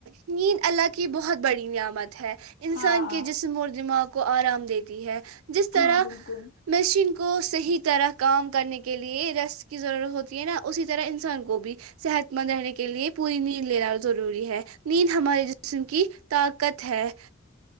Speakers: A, on the right; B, on the left.
A: نیند اللہ کی بہت بڑی نعمت ہے انسان
B: ہاں
A: کے جسم اور دماغ کو آرام دیتی ہے جس طرح
B: ہاں بالکل
A: مشین کو صحیح طرح کام کرنے کے لیے رس کی ضرورت ہوتی ہے نا اسی طرح انسان کو بھی صحت مند رہنے کے لیے پوری ن لینا ضروری ہے نیند ہمارے جسم کی طاقت ہے